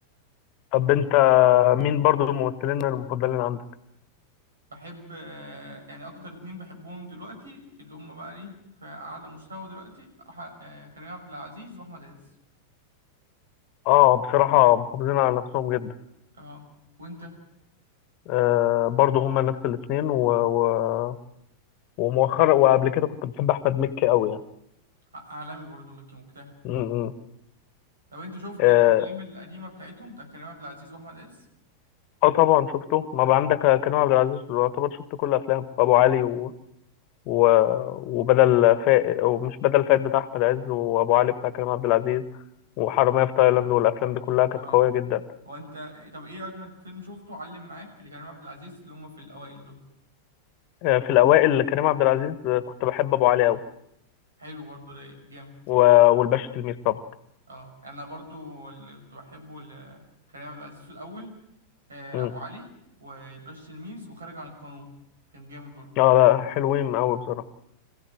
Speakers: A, on the left; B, on the right.
A: طب انت مين برضو الممثلين المفضلين عندك
B: بحب آه، يعني اكتر اتنين بحبهم دلوقتي اللي هم بقى ايه في اعلى مستوى دلوقتي أح- آه، كريم عبد العزيز واحمد عز
A: اه بصراحة محافظين على نفسهم جدا
B: اه وانت
A: آه برضه هما نفس الاثنين و... و... ومؤخرا وقبل كده كنت بحب احمد مكي قوي يعني
B: ع- عالمي برضو مكي مجتهد
A: م- م.
B: طب انت شفت
A: اه
B: الافلام القديمه بتاعتهم بتاع كريم عبد العزيز واحمد عز
A: آه، طبعا شفته ما بقى عندك كريم عبد العزيز يعتبر شفت كل افلامه ابو علي و... و... وبدل فائد ومش بدل فائد بتاع احمد عز وابو علي بتاع كريم عبد العزيز وحرامية في تايلاند والافلام دي كلها كانت
B: اه
A: قويه جدا
B: وانت طب ايه اجمد فيلم شفته علم معاك لكريم عبد العزيز اللي هم في الاوائل دول
A: آه في الاوائل كريم عبد العزيز آه، كنت بحب ابو علي قوي
B: حلو برضو رايق جامد
A: و... والباشا تلميذ طبعا
B: اه انا برضو اللي كنت بحبه لكريم عبد العزيز في الاول آه،
A: م.
B: ابو علي وباش تلميذ وخارج عن القانون كان جامد برضو
A: اه لا حلوين قوي بصراحه